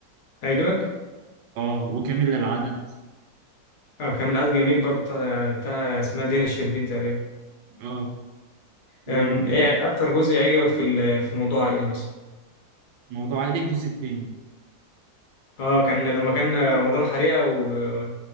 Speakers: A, on the left; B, on the right.
A: عجبك
B: اه وكامل للعدد
A: آه، كان من العدد جميل برضه بتاع بتاع اسمها دينا الشربين تقريبا
B: اه
A: آم،
B: ومين
A: ايه اكتر جزء عجبك في ال- في موضوع عائلي مثلا
B: موضوع عائلي الجزء التاني
A: اه كان لما كان رمضان حريقه و-